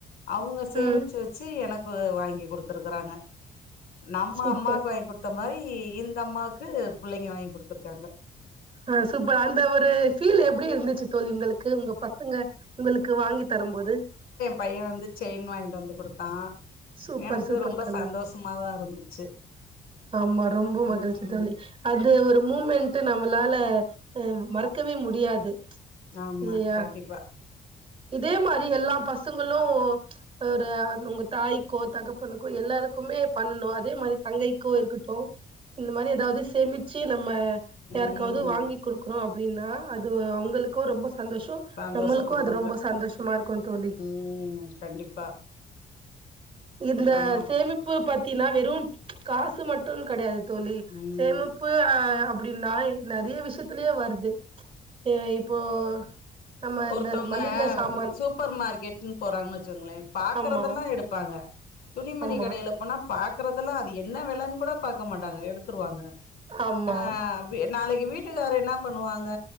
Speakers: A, on the left; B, on the right.
A: அவுங்க சேமிச்சு
B: ம்
A: வச்சு எனக்கு வாங்கி குடுத்துருக்குறாங்க நம்ம
B: சூப்பர்
A: அம்மாக்கு வாய்ன் குடுத்த மாரி இந்த அம்மாக்கு புள்ளைங்க வாய்ன் குடுத்துருக்காங்க
B: ஆ சூப்பர் அந்த ஒரு ஃபீல் எப்டி இருந்துச்சு தோழி உங்களுக்கு உங்க பசங்க உங்களுக்கு வாங்கி தரம்போது
A: பையேன் வந்து செயின் வாய்ன்ட்டு வந்து குடுத்தா
B: சூப்பர்
A: எனக்கு
B: சூப்பர்
A: ரொம்ப
B: தோழி
A: சந்தோஷமாதா இருந்துச்சு
B: ஆமா ரொம்ப மகிழ்ச்சி
A: ம்
B: தோழி அது ஒரு மூமெண்ட்டு நம்மளால அ மறக்கவே முடியாது
A: ஆமா
B: இல்லையா
A: கண்டிப்பா
B: இதே மாரி எல்லா பசங்களு ஒரு உங்க தாய் க்கோ தகப்பனுக்கோ எல்லாருக்குமே பண்ணணு அதே மாரி தங்கைக்கோ இருக்கட்டு இந்த மாரி எதாவ்து சேமிச்சு நம்ம யாருக்காவ்து
A: ம்
B: வாங்கி குடுக்குறோ அப்டின்னா அது அவுங்களுக்கு ரொம்ப சந்தோஷோ
A: சந்தோஷப்படுவாங்க
B: நம்மள்க்கு அது ரொம்ப சந்தோஷமாருக்கு தோழி
A: ம் கண்டிப்பா
B: இந்த
A: நம்ம
B: சேமிப்பு பாத்தீன்னா வெறு காசு மட்டுன்கெடயாது தோழி
A: ம்
B: சேமிப்பு அப்டின்னா நறைய விஷ்யத்திலே வர்து ஏ இப்போ நம்ம
A: ஒர்த்தோங்க
B: இந்த மளிக சாமான்
A: சூப்பர் மார்க்கெட்ன் போறாங்கன் வச்சுக்கோங்ளே பாக்றதெல்லா
B: ஆமா
A: எடுப்பாங்க துணிமணி
B: ஆமா
A: கடைல போனா பாக்றதெல்லா அது என்ன வெலன் கூட பாக்க மாட்டாங்க எடுத்துருவாங்க
B: ஆமா
A: ஆ நாளைக்கு வீட்டுக்காரு என்னா பண்ணுவாங்க